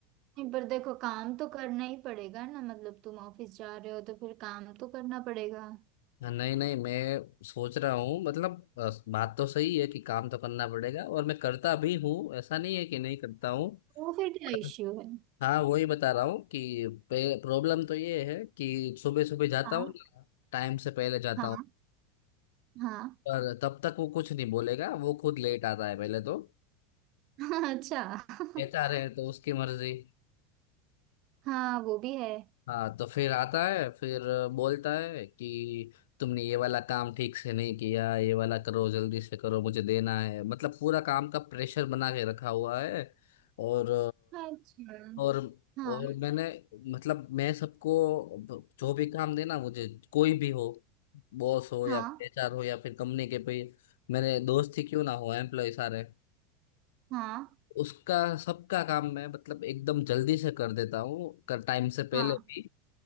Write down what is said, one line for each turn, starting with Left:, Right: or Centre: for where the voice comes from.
Right: नहीं, पर देखो काम तो करना ही पड़ेगा ना मतलब तुम ऑफिस जा रहे हो तो फिर काम तो करना पड़ेगा
Left: नहीं नहीं मैं सोच रहा हूँ मतलब अ, बात तो सही है कि काम तो करना पड़ेगा और मैं करता भी हूँ ऐसा नहीं है कि नहीं करता हूँ
Right: वो फिर क्या
Left: पर-
Right: इश्यू है
Left: हाँ वही बता रहा हूँ कि प्रॉब्लम तो ये है कि सुबह सुबह जाता
Right: हाँ
Left: हूँ ना टाइम से पहले जाता
Right: हाँ
Left: हूँ
Right: हाँ
Left: पर तब तक वो कुछ नहीं बोलेगा वो खुद लेट आता है पहले तो
Right: <laughs> अच्छा <laughs>
Left: कहता रहे तो उसकी मर्जी
Right: हाँ वो भी है
Left: हाँ तो फिर आता है फिर बोलता है कि तुमने ये वाला काम ठीक से नहीं किया ये वाला करो जल्दी से करो मुझे देना है मतलब पूरा काम का प्रेशर बना के रखा हुआ है और
Right: अच्छा
Left: और
Right: हाँ
Left: और मैंने मतलब मैं सबको जो भी काम देना मुझे कोई भी हो बॉस हो
Right: हाँ
Left: या एचआर हो या फिर कंपनी के पे मेरे दोस्त ही क्यों ना हो एम्प्लॉय सारे
Right: हाँ
Left: उसका सबका काम मैं मतलब एकदम जल्दी से कर देता हूँ कर टाइम से पहले
Right: हाँ
Left: भी